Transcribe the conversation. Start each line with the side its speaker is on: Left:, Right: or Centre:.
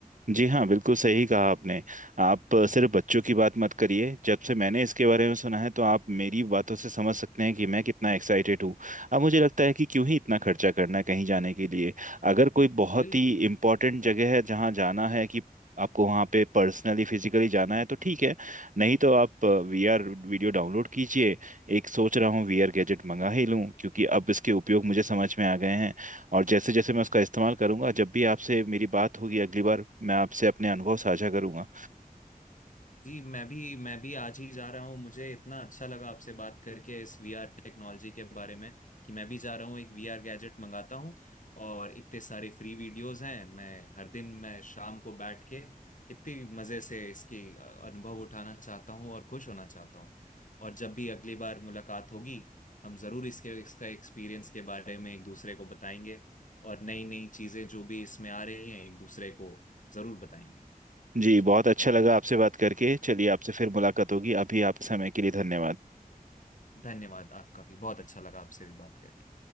Right: जी हाँ बिल्कुल सही कहा आपने आप सिर्फ बच्चों की बात मत करिए जब से मैंने इसके बारे में सुना है तो आप मेरी बातों से समझ सकते हैं कि मैं कितना एक्साइटेड हूँ अब मुझे लगता है कि क्यों ही इतना खर्चा करना कहीं जाने के लिए अगर कोई बहुत
Left: बिल्कुल
Right: ही इम्पोर्टेंट जगह है जहाँ जाना है कि आपको वहाँ पे पर्सनली फिजिकली जाना है तो ठीक है नहीं तो आप वीआर वीडियो डाउनलोड कीजिए एक सोच रहा हूँ वीआर गैजेट मंगा ही लूँ क्योंकि अब इसके उपयोग मुझे समझ में आ गए हैं और जैसे जैसे मैं उसका इस्तेमाल करूंगा जब भी आपसे मेरी बात होगी अगली बार मैं आपसे अपने अनुभव साझा करूंगा
Left: जी मैं भी मैं भी आज ही जा रहा हूँ मुझे इतना अच्छा लगा आपसे बात करके इस वीआर टेक्नोलॉजी के बारे में कि मैं भी जा रहा हूँ एक वीआर गैजेट मंगाता हूँ और इतने सारे फ्री वीडियोस हैं मैं हर दिन मैं शाम को बैठ के कितनी मज़े से इसकी अ, अनुभव उठाना चाहता हूँ और खुश होना चाहता हूँ और जब भी अगली बार मुलाकात होगी हम ज़रूर इसके इसका एक्सपीरियंस के बारे में एक दूसरे को बताएंगे और नई नई चीज़ें जो भी इसमें आ रही हैं एक दूसरे को ज़रूर बताएंगे
Right: जी
Left: जी
Right: बहुत अच्छा लगा आपसे बात करके चलिए आपसे फिर मुलाकात होगी अभी आप समय के लिए धन्यवाद
Left: धन्यवाद आपका भी बहुत अच्छा लगा आपसे भी बात करके